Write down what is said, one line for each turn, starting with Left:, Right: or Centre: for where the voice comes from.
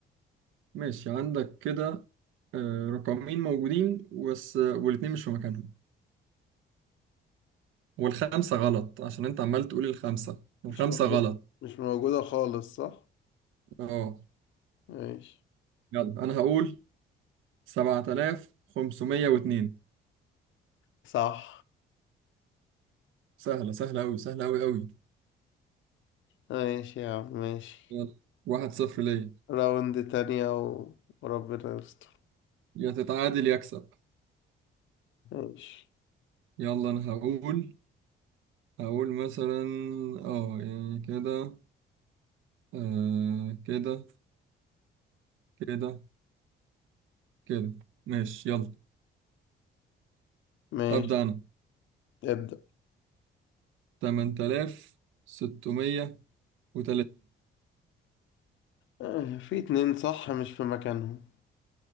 Right: ماشي عندك كده آه، رقمين موجودين بس والاتنين مش في مكانهم والخمسة غلط عشان أنت عمال تقول الخمسة الخمسة
Left: مش موجود
Right: غلط
Left: مش موجودة خالص صح؟
Right: اه
Left: ماشي
Right: يلا انا هقول 7502
Left: صح
Right: سهلة سهلة أوي سهلة أوي أوي
Left: ماشي يا عم ماشي
Right: يلا واحد صفر ليا
Left: راوند تانية و- وربنا يستر
Right: يا تتعادل يا أكسب
Left: ماشي
Right: يلا أنا هقول هقول مثلا اه يعني كده آه كده كده كده ماشي يلا
Left: ماشي
Right: أبدأ أنا
Left: ابدأ
Right: 8630
Left: آه، في اتنين صح مش في مكانهم